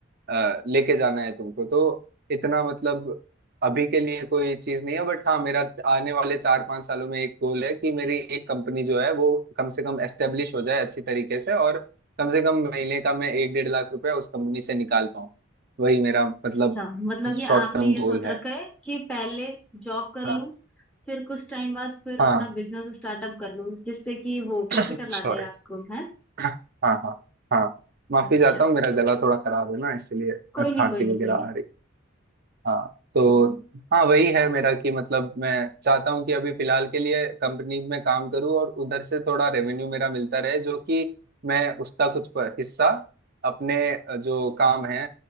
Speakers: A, on the right; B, in the centre.
A: अ, लेके जाना है तुमको तो इतना मतलब अभी के लिए कोई चीज नहीं है बट हाँ मेरा आने वाले चार पांच सालों में एक गोल है कि मेरी एक कंपनी जो है वो कम से कम एस्टेब्लिश हो जाए अच्छी तरीके से और कम से कम महीने का मैं एक डेढ़ लाख रुपया उस कंपनी से निकाल पाऊँ वही मेरा मतलब
B: अच्छा मतलब कि
A: शॉर्ट
B: आपने
A: टर्म
B: ये
A: गोल
B: सोच
A: है
B: रखा है कि पहले जॉब कर
A: हाँ
B: लूं फिर कुछ टाइम बाद फिर
A: हाँ
B: अपना बिजनेस स्टार्टअप कर लूं जिससे कि वो
A: <coughs>
B: कैपिटल
A: सॉरी
B: आ जाए आपको है
A: हाँ हाँ हाँ माफी
B: अच्छा
A: चाहता हूँ मेरा गला थोड़ा खराब है ना इसलिए
B: कोई नहीं
A: खांसी
B: कोई नहीं
A: वगैरह
B: कोई नहीं
A: आ रही है। हाँ तो
B: कोई नहीं
A: हाँ वही है मेरा कि मतलब मैं चाहता हूँ कि अभी फिलहाल के लिए कंपनी में काम करूँ और उधर से थोड़ा रेवेन्यू मेरा मिलता रहे जो कि मैं उसका कुछ प- हिस्सा अपने अ, जो काम है